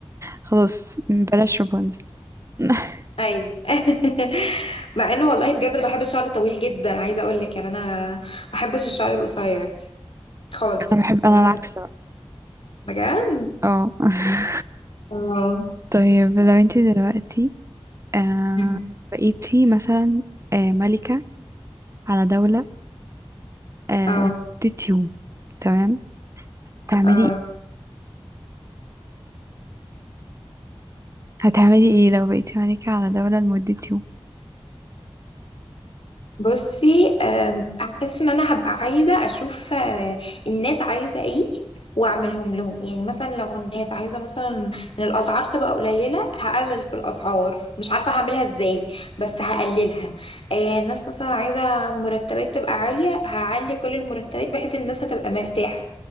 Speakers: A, on the right (about 30°); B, on the left (about 65°).
A: خلاص بلاش رابنزل <laughs>
B: ايوه <laughs> مع انه والله بجد أنا بحب الشعر الطويل جدا عايزه اقول لك يعني انا ما بحبش الشعر القصير خالص
A: انا بحب
B: يعني
A: انا
B: انا
A: العكس بقى
B: بجد
A: اه <laughs>
B: اه
A: طيب لو انتي دلوقتي آه
B: مم.
A: بقيتي مثلا آه ملكة على دولة آه
B: اه
A: لمدة يوم تمام تعملي
B: اه
A: ايه هتعملي ايه لو بقيتي ملكة على دولة لمدة يوم
B: بصي أم، هحس ان انا هبقى عايزه اشوف آه، الناس عايزه ايه واعملهم لهم يعني مثلا لو الناس عايزه مثلا ان الاسعار تبقى قليله هقلل في الاسعار مش عارفه هعملها ازاي بس هقللها آه، ناس مثلا عايزه مرتبات تبقى عاليه هعلي كل المرتبات بحيث الناس هتبقى مرتاحه